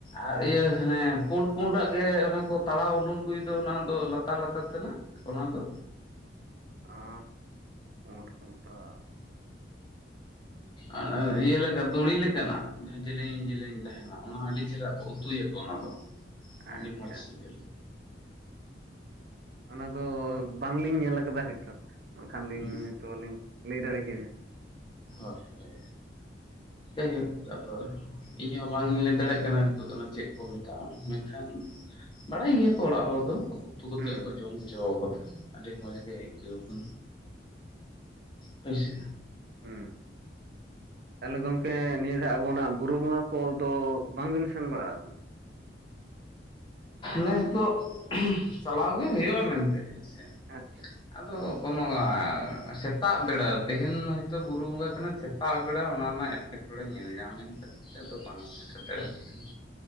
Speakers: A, on the left; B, on the right.
A: ᱟᱨ ᱤᱭᱟᱹ ᱦᱟᱱᱮ ᱯᱩᱰ ᱯᱩᱰᱟᱜ ᱜᱮ ᱚᱱᱮ ᱠᱚ ᱛᱟᱲᱟᱣ ᱩᱰᱩᱠ ᱟᱜᱩᱭ ᱫᱚ ᱚᱱᱟ ᱫᱚ ᱞᱟᱛᱟᱨ ᱞᱟᱛᱟᱨ ᱛᱮᱱᱟᱜ ᱚᱱᱟ ᱫᱚ
B: ᱟ ᱯᱩᱴ ᱯᱩᱴᱟᱜ
A: ᱟᱨ ᱤᱭᱟᱹ ᱞᱮᱠᱟ ᱫᱩᱲᱤ ᱞᱮᱠᱟᱱᱟᱜ ᱡᱟᱦᱟᱸ ᱡᱮᱞᱮᱧ ᱡᱮᱞᱮᱧ ᱛᱟᱦᱮᱱᱟ ᱚᱱᱟ ᱟᱹᱰᱤ ᱪᱮᱦᱨᱟ ᱠᱚ ᱩᱛᱩᱭᱟ ᱠᱚ, ᱚᱱᱟ
B: <inaudible>
A: ᱫᱚ
B: ᱟᱪᱪᱷᱟ
A: ᱟᱹᱰᱤ ᱢᱚᱡᱽ ᱥᱤᱞᱤᱞ
B: ᱚᱱᱟ ᱫᱚ ᱵᱟᱝᱞᱤᱧ ᱧᱮᱞ ᱟᱠᱟᱫᱟ ᱦᱳᱭᱛᱳ ᱵᱟᱝᱠᱷᱟᱱ ᱞᱤᱧ
A: ᱦᱩᱸ
B: ᱦᱳᱭᱛᱳ ᱞᱤᱧ ᱞᱟᱹᱭ ᱫᱟᱲᱮ ᱠᱮᱭᱟ
A: ᱦᱳᱭ ᱦᱳᱭ ᱡᱟᱭ ᱦᱳᱠ ᱟᱫᱚ ᱤᱧ ᱦᱚᱸ ᱵᱟᱝ ᱤᱧ ᱞᱟᱹᱭ ᱫᱟᱲᱮᱭᱟᱜ ᱠᱟᱱᱟ ᱱᱤᱛᱚᱜ ᱫᱚ ᱚᱱᱟ ᱪᱮᱫ ᱠᱚ ᱢᱮᱛᱟᱜᱼᱟ᱾ ᱢᱮᱱᱠᱷᱟᱱᱼᱼ ᱵᱟᱲᱟᱭ ᱜᱮᱭᱟᱠᱚ ᱚᱲᱟᱜ ᱦᱚᱲ ᱫᱚ ᱩᱛᱩ ᱠᱟᱛᱮ
B: ᱦᱩᱸ
A: ᱦᱚᱸᱠᱚ ᱡᱚᱢ ᱜᱮᱭᱟ᱾ ᱡᱚ ᱠᱟᱛᱷᱟ ᱦᱟᱸᱜ ᱟᱹᱰᱤ ᱢᱚᱡᱽ ᱜᱮ ᱟᱹᱭᱠᱟᱹᱣ ᱟᱠᱟᱱᱟ ᱦᱚᱭ ᱥᱮ
B: ᱦᱩᱸ ᱛᱟᱦᱚᱞᱮ ᱜᱚᱢᱠᱮ ᱱᱤᱭᱟᱹ ᱫᱷᱟᱜ ᱟᱵᱚᱱᱟᱜ ᱵᱩᱨᱩ ᱵᱚᱸᱜᱟ ᱠᱚ ᱫᱚ ᱵᱟᱝ ᱵᱤᱱ ᱥᱮᱱ ᱵᱟᱲᱟ ᱟᱠᱟᱱᱟ?
A: ᱱᱮᱥ ᱫᱚ ᱪᱟᱞᱟᱣ ᱜᱮ ᱦᱩᱭᱩᱜᱼᱟ ᱢᱮᱱᱛᱮᱜ ᱦᱮᱸ ᱥᱮ
B: ᱟᱪᱪᱷᱟ
A: ᱟᱫᱚ ᱠᱚᱱᱚ ᱥᱮᱛᱟᱜ ᱵᱮᱲᱟ ᱛᱮᱦᱮᱧ ᱦᱚᱭᱛᱳ ᱵᱩᱨᱩ ᱵᱚᱸᱜᱟ ᱠᱟᱱᱟ ᱥᱮᱛ ᱥᱮᱛᱟᱜ ᱵᱮᱲᱟ ᱚᱱᱟ ᱨᱮᱱᱟᱜ ᱮᱴᱠᱮᱴᱚᱬᱮ ᱧᱮᱞ ᱧᱟᱢᱮᱱ ᱠᱷᱟᱹᱛᱤᱨ ᱛᱮ ᱟᱫᱚ ᱵᱟᱝ ᱥᱮᱴᱮᱨ ᱫᱟᱲᱮ ᱦᱩᱭ ᱟᱠᱟᱱᱟ᱾